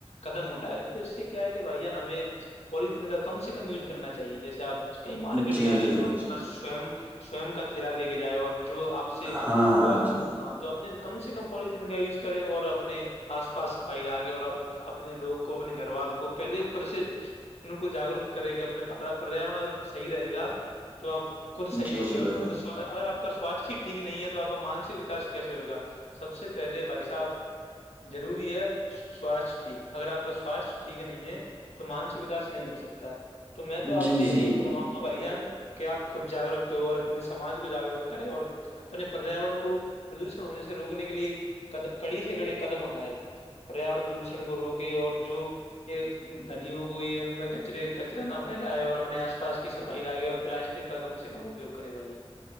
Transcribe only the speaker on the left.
قدم اٹھائے تو اس سے کیا ہے کہ بھائی جان ہمیں پولیتھیین کا کم سے کم یوز کرنا چاہیے جیسے آپ کہئی مارکیٹ
جا رہے
ہو تو
اپنا سو سوم کا تھیلا لے کے جائے اور جو آپ
سے
جو آپ
ہاں تو آنے کم سے کم پولیتین کا یوز کرے اور اپنے آس پاس صفائی لاگے اور اپنے لوگ کو اپنے گھر وار کو پہلے پرسھ ان کو جاگروک کرے گا اپنے پریاور اگر صحی رہے گا تو آپ خود صح
رہو
گے
خ اگر آپ کا سوستھ ہی ٹھیک نہیں ہے تو آپ کا مانسک وکاس کیسے ہوئے گا سب سے پہلے بھائی صاحب ضروری ہے سواستھ ٹھیک ہے اگر آپ کا سواستھ ٹھیک نہیں ہے تو مانسی وکاس نہیں ہو سکتا تو میں تو آپ
سے یہی
فرماؤں گا بھائی جان کہ آپ خود جاگروک ہو اور اپنے سماج کو جاگرک کریں اور اپنے پریاورن کو پردوشن ہونے سے روکنے کے لیے کڑی سے کڑے قدم اٹھائے پریاور پردوشن کو روکے اور جو یہ ندیوں کو یہ ان میں کچرے کچرا نہ پھیلائے اور اپنے آس پاس کی صفائی لاگے اور پلاسٹک ٹکا کم سے کم اپیوگ کرے بائی جان